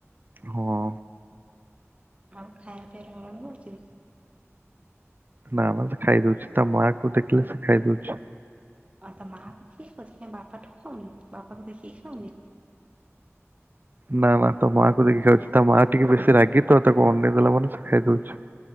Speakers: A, on the right; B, on the right.
A: ହଁ।
B: ଆଉ ଖାଇବା ପିଇବାର ହଇରାଣ କରୁଛି?
A: ନା ନା ତ ଖାଇ ଦୋଉଚି ତା ମାଆ କୁ ଦେଖିଲେ ସେ ଖାଇ ଦୋଉଚି।
B: ଆ ତ ମା ବି ଠିକ୍ ଅଛି ବାପା ଠୁ ଖାଉନି ବାପାକୁ ଦେଖିକି ଖାଉନି।
A: ନାଁ ନାଁ ତା ମାଆ କୁ ଦେଖି ଖାଉଛି ତା ମାଆ ଟିକେ ବେଶୀ ରାଗି ତ ତାକୁ ଅନେଇ ଦେଲା ମାନେ ସେ ଖାଇଦୋଉଚି।